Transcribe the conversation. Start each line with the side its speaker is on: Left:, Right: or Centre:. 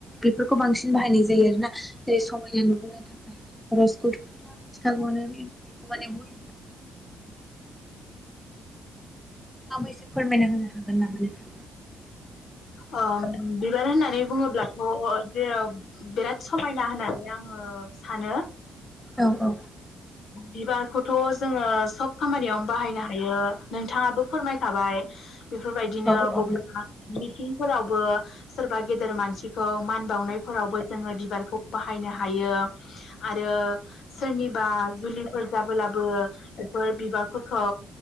Centre: बेफोरखौ बांसिन बाहायनाय जायो आरोना जेरै समायना नुहोनो थाखाय रसफुट <unintelligible> नोंथाङाबो एसे फोरमायना होनो हागोन नामा नोंथां
Left: ओ बिबार होननानै बुङोब्लाथ' जेराव बिराद समाइना होननानै आङो ओ सानो।
Centre: औ औ
Left: बिबार खौथ' जोङो सब खामानियाव बाहायनो हायो नोंथाङाबो फोरमायखाबाय बेफोरबायदिनो
Centre: औ
Left: <unintelligible>
Centre: औ
Left: फोरावबो सोरबा गेदेर मानसिखौ मान बावनायफोरावबो जोङो बिबारखौ बाहायनो हायो आरो सोरनिबा जुलिफोर जाबोलाबो बेफोर बिबारफोरखौ